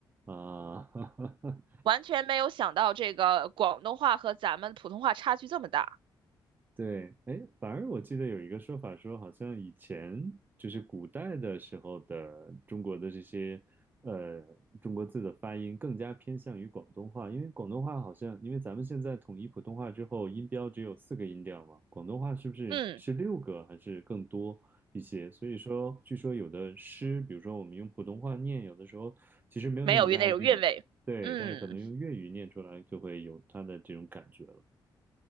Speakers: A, on the right; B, on the right.
A: 啊！<laughs>
B: 完全没有想到这个广东话和咱们普通话差距这么大。
A: 对，哎，反而我记得有一个说法说，好像以前就是古代的时候的中国的这些呃中国字的发音更加偏向于广东话，因为广东话好像因为咱们现在统一普通话之后，音标只有四个音调嘛，广东话是不是是六个还是更多一些？
B: 嗯，
A: 所以说，据说有的诗，比如说我们用普通话念，有的时候其实没有那么押韵，
B: 没有那种韵味。
A: 对，
B: 嗯。
A: 但是可能用粤语念出来就会有它的这种感觉了。